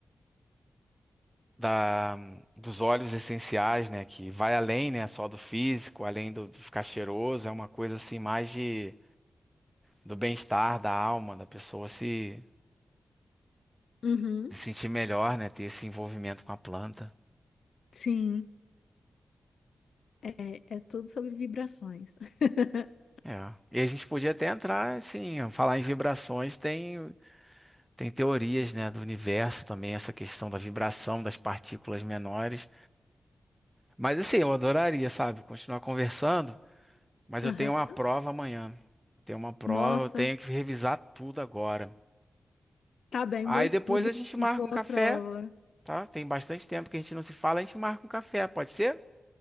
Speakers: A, in the centre; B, on the left (about 80°).
A: da, dos óleos essenciais, né? Que vai além, né? Só do físico, além do, do ficar cheiroso, é uma coisa assim mais de, do bem-estar da alma, da pessoa se,
B: uhum.
A: se sentir melhor, né? Ter esse envolvimento com a planta.
B: Sim, é, é tudo sobre vibrações. <laughs>
A: É. E a gente podia até entrar, assim, falar em vibrações, tem Tem teorias, né, do universo também, essa questão da vibração das partículas menores. Mas assim, eu adoraria, sabe, continuar conversando, mas
B: Aham.
A: eu tenho uma prova amanhã. Tenho uma prova,
B: Nossa,
A: eu tenho que revisar tudo agora.
B: tá bem,
A: Aí
B: bom estudo
A: depois a gente
B: e
A: marca
B: boa
A: um café,
B: prova.
A: tá? Tem bastante tempo que a gente não se fala, a gente marca um café, pode ser?